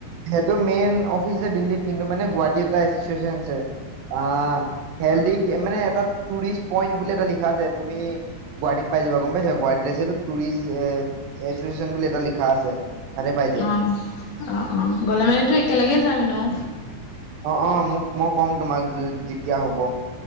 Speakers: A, on the right; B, on the left.
A: সেইটো মেইন অফিচ আছে দিল্লীত কিন্তু মানে গুৱাহাটী এটা ইনষ্টিটিউচন আছে। অ', হেল্দি মানে এটা টুৰিষ্ট পইণ্ট বুলি এটা লিখা আছে। তুমি গুৱাহাটীত পাই যাবা গম পাইছা গুৱাহাটীত আছেটো টুৰিষ্ট এ এছচিয়েচন বুলি এটা লিখা আছে। তাতে পাই যায়
B: অ', অ', অ' গলে মানেতো একেলগে যাম এনেও।
A: অ', অ', মোক মই ক'ম তোমাক যেতিয়া হ'ব।